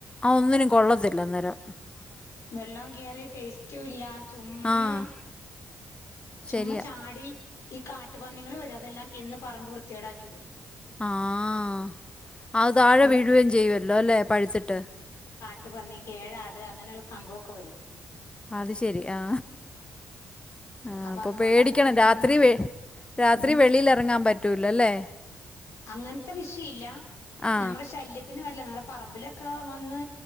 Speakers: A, on the left; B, on the left.
A: ആ ഒന്നിനും കൊള്ളത്തില്ലന്നേരം
B: വെള്ളാം കേറി ടേസ്റ്റ് റ്റൂല്ലാ ചുമ്മാ
A: ആഹ്
B: ചുമ്മ
A: ശരിയാ
B: ചാടി ഈ കാട്ടുപന്നികൾ വരും അതെല്ലാം തിന്ന് പറമ്പ് വൃത്തിയേടാക്കി ഇടും
A: ആഹ അതാഴെ
B: ഇവിടെ
A: വീഴുകയും ചെയ്യുവല്ലോ ല്ലേ പഴുത്തിട്ട്
B: ട്ട് പന്നി കേഴാട് അങ്ങനെയുള്ള സംഭവൊക്കെ വരും
A: അത് ശെരി ആ ആ
B: അപ്പൊ
A: അപ്പോൾ
B: അതുകൊണ്ട്
A: പേടിക്കണം
B: അതുങ്ങൾ തിന്ന്
A: രാത്രി വെ രാത്രി
B: ഉ
A: വെളിയിൽ ഇറങ്ങാൻ പറ്റൂല അല്ലേ
B: അങ്ങനത്തെ വിഷയ ഇല്ല
A: ആ
B: നമ്മുടെ ശല്യത്തിന് വരില്ല നമ്മുടെ പറമ്പിലൊക്കെ വന്ന്